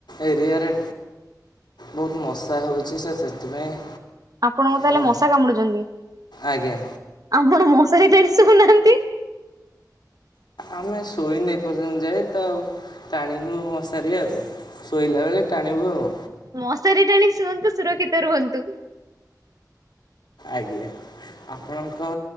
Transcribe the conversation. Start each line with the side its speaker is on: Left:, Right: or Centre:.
Left: ଏରିଆରେ। ବହୁତ ମଶା ହେଉଛି ସେ ସେଥିପାଇଁ।
Right: ଆପଣଙ୍କୁ ତାହେଲେ
Left: ହୁଁ,
Right: ମଶା କାମୁଡୁଛନ୍ତି
Left: ଆଜ୍ଞା
Right: ଆପଣ ମଶାରି ସୋଉନାହାନ୍ତି।
Left: ଆମେ ଶୋଇନୁ ଏପଯ୍ୟନ୍ତ ଯାଏଁ ତ। ଟାଣିନୁ ମଶାରି ଆଉ ଶୋଇଲା ବେଳେ ଟାଣିବୁ ଆଉ।
Right: ମଶାରୀ ଟାଣିକ ଶୁଅନ୍ତୁ ସୁରକ୍ଷିତ ରୁହନ୍ତୁ।
Left: ଆଜ୍ଞା ଆପଣଙ୍କ